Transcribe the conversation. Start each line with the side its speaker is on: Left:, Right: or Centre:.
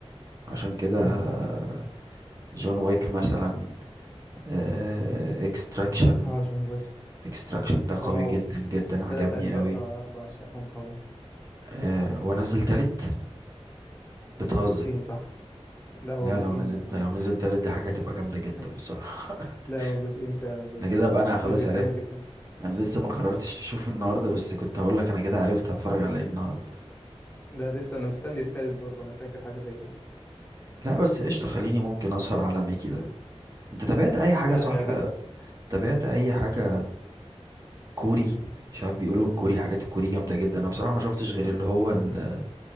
Right: عشان كده
Left: مم.
Right: آه، جون ويك مثلا آه، اكستراكشن
Left: اه جون ويك
Right: اكستراكشن ده
Left: واو
Right: قوي جدا جدا عجبني
Left: تلات أجزاء
Right: قوي
Left: آه، بعشقهم طبعا
Right: آه هو نزل تالت بتهزر
Left: أو جزئين صح؟ لا هو
Right: لا
Left: جزئين
Right: لو نزل
Left: أنا
Right: ده لو
Left: نسيت
Right: نزل تالت دي حاجة تبقى جامدة جدا
Left: <laughs>
Right: بصراحة
Left: لا هو جزئين فعلا
Right: <laughs>
Left: بس
Right: ده كده بقى انا خلاص
Left: الجزء التاني
Right: عرفت
Left: اللي كان
Right: انا لسه ما قررتش اشوف النهارده بس كنت هقول لك انا كده عرفت هتفرج على ايه النهارده
Left: ده لسه انا مستني التالت برضه انا فاكر حاجه زي كده
Right: لا بس قشطة خليني ممكن اسهر على ميكي ده انت تابعت اي حاجة
Left: ده
Right: صح
Left: هيعجبك
Right: تابعت اي حاجة كوري مش عارف بيقولوا الكوري حاجات الكوري جامدة جدا انا بصراحة ما شفتش غير اللي هو ال-